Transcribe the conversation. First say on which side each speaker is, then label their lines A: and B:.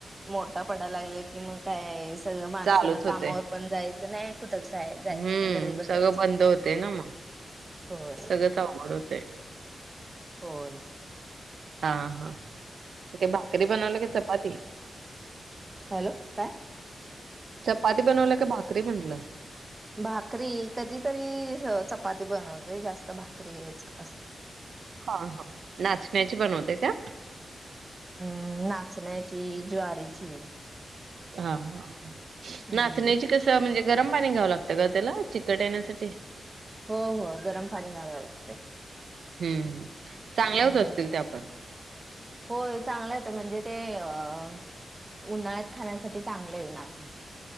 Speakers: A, on the right (about 20°); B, on the right (about 75°).
A: मोठा, पडायला लागला की मग काय सगळ माणसांना
B: चालूच होते.
A: कामावर पण जायचं नाही, कुठच जायचं
B: हम्म
A: नाही घरीच बसायच
B: सगळं बंद
A: जायच.
B: होते ना मग
A: होय
B: सगळंच अवघड होते.
A: होय
B: हा ही भाकरी बनवल की चपाती.
A: हॅलो काय?
B: चपाती बनवलं का भाकरी म्हटलं.
A: भाकरी. कधीतरी चपाती बनवतोय जास्त भाकरीच अस
B: हा हा नाचणीची बनविता का?
A: हा नाचण्याची, ज्वारीची
B: हा हा
A: हम्म
B: नाचण्याचे कसं म्हणजे गरम पाणी घ्यावं लागतं ग त्याला, चिकट येण्यासाठी.
A: हो हो गरम पाणी घालावं लागते.
B: हम्म चांगल्या
A: हम्म
B: होत असतील त्या पण.
A: होय चांगलं आहे तर म्हणजे ते अं उन्हाळ्यात खाण्यासाठी चांगले आहे नाचण.